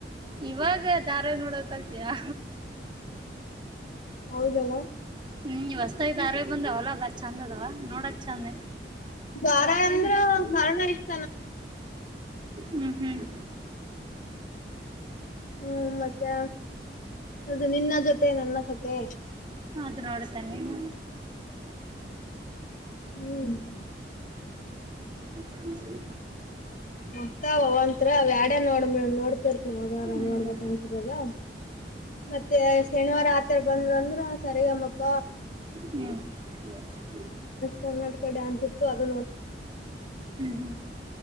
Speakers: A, on the right; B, on the left.
A: ಇವಾಗ ದಧಾರೆ ನೋಡೋಕ್ ಕಲ್ತಯಾ
B: ಹೌದಲ್ಲ
A: ಹ್ಮ ಹೊಸತ ದಾರ ಬಂದಾವಲ್ಲ ಬ ಚಂದ ಅದವ ನೋಡಕ್ ಚೆಂದ್
B: ಗಾರ ಅಂದ್ರ ಹಣ ಎಷ್ಟ
A: ಹ್ಮ್ ಹ್ಮ್
B: ಹ್ಮ್ ಮತ್ತೆ ಅದು ನಿನ್ನ ಜೊತೆ ನನ್ನ ಕತೆೆ
A: ಅದು ನೋಡತನ್ನೇನು
B: ಹ್ಮ್ ಚ
A: ಇೇ ಜ ಸ
B: ಮಕ್ತ ಅವತ್ತ್ರ ಅವ್ಯಾಡ ನೋಡ್ ನೋಡ್ತರ್ತಿನಾವಾಗಾರ
A: ಹ್ಮ್
B: ನೋಡ್ಬಂತಿದಲ್ಲ ಮತ್ತೆ ಶನಿವಾರ ಆತರ ಬಂದ್ರು ಅಂದ್ರರು ಸರಿಗಮ್ಮಪ್ಪ
A: ಹ್ಮ್ ಹ್ಮ್
B: ಕರ್ನಾಟಕ ಡ್ಯಾನ್ಸ್ ಇತ್ತು ಅದು
A: ಹ್ಮ್